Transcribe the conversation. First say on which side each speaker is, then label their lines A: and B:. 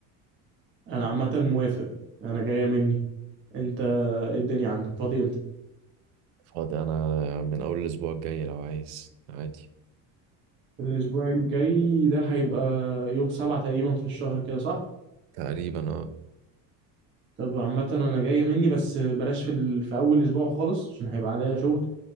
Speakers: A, on the right; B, on the right.
A: انا عامة موافق انا جاية مني انت ايه الدنيا عندك فاضي امتى
B: فاضي انا من اول الاسبوع الجاي لو عايز عادي
A: الاسبوع الجاي ده هيبقى يوم سبعة تقريبا في الشهر كده صح
B: تقريبا اه
A: طب عامة انا جاية مني بس بلاش في, ال... في اول اسبوع خالص عشان هيبقى عليا شغل